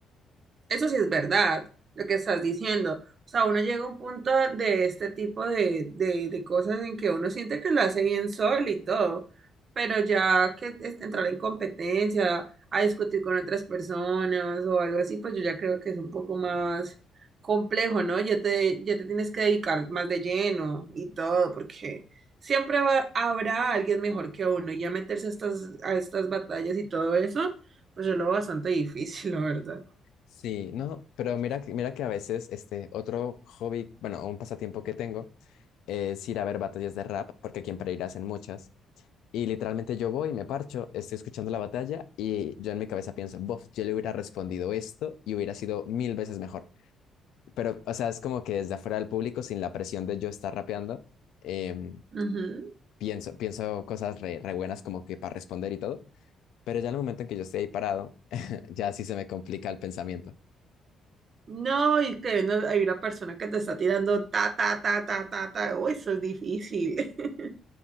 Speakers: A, on the right; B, on the left.
A: Eso sí es verdad, lo que estás diciendo. O sea, uno llega a un punto de este tipo de, de, de cosas en que uno siente que lo hace bien solo y todo, pero ya que es- entrar en competencia, a discutir con otras personas o algo así, pues yo ya creo que es un poco más complejo, ¿no? Ya te, ya te tienes que dedicar más de lleno y todo, porque siempre va- habrá alguien mejor que uno y ya meterse a estas, a estas batallas y todo eso, pues yo lo veo bastante difícil, la verdad.
B: Sí, no, pero mira, que- mira que a veces este otro hobby, bueno, un pasatiempo que tengo es ir a ver batallas de rap, porque aquí en Pereira hacen muchas. Y literalmente yo voy, me parcho, estoy escuchando la batalla y yo en mi cabeza pienso, bof, yo le hubiera respondido esto y hubiera sido mil veces mejor. Pero, o sea, es como que desde afuera del público, sin la presión de yo estar rapeando, em,
A: Ujú.
B: pienso, pienso cosas re, re buenas como que para responder y todo. Pero ya en el momento en que yo estoy ahí parado, <laughs> ya sí se me complica el pensamiento.
A: No, y que no, hay una persona que te está tirando ta, ta, ta, ta, ta, ta. Oh, eso es difícil. <laughs>